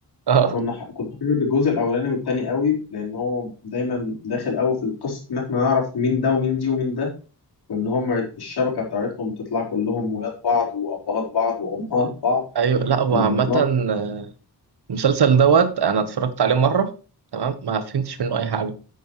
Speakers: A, on the right; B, on the left.
A: اه
B: كنا ح... كنت حابب الجزء الأولاني والتاني قوي لأن هو دايما داخل قوي في القصة إن إحنا نعرف مين ده ومين دي ومين ده وإن هم الشبكة بتاعتهم تطلع كلهم ولاد بعض وأبهات بعض وأمهات بعض
A: ايوه لا هو
B: فالموضوع
A: عامة آه، المسلسل دوت انا اتفرجت عليه مرة تمام ما فهمتش منه اي حاجة